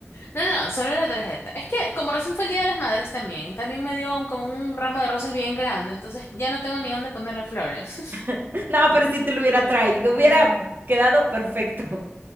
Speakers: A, on the left (about 60°); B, on the right (about 45°).
A: No, no, solo la tarjeta. Es que como recién fue el Día de las Madres también, también me dio un, como un ramo de rosas bien grande, entonces ya no tengo ni dónde ponerle flores.
B: <laughs> No, pero si te lo hubiera traído, hubiera
A: <laughs>
B: quedado perfecto.